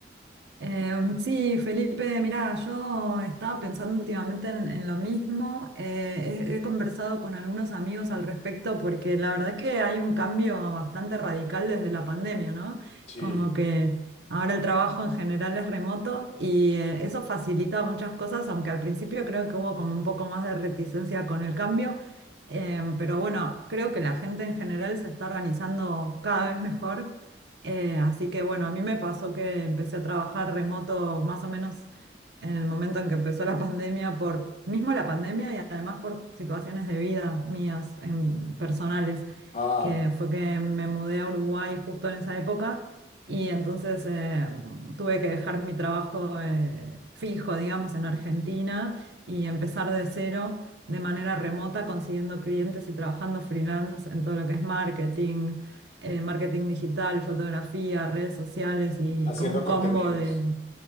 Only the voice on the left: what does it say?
Sí,
ah,
haciendo
contenidos.